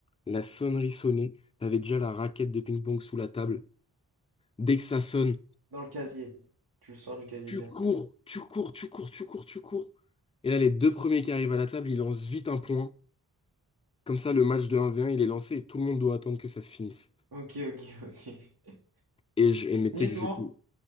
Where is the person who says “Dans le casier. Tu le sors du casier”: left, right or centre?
Right